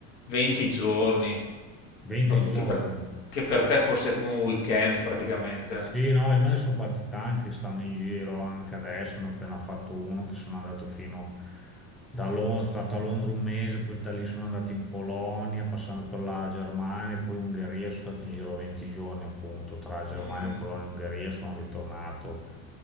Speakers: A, on the left; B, in the centre.
A: 20 giorni,
B: 20
A: proprio
B: giorni.
A: che per, che per te forse è come un weekend praticamente.
B: Sì, no, e me ne sono fatti tanti, stanno in giro anche adesso, ne ho appena fatto uno che sono andato fino da Londra, stato a Londra un mese, poi da lì sono andato in Polonia, passando per la Germania, poi Ungheria, sono stato in giro 20 giorni appunto, tra Germania,
A: Mm.
B: Polonia e Ungheria sono ritornato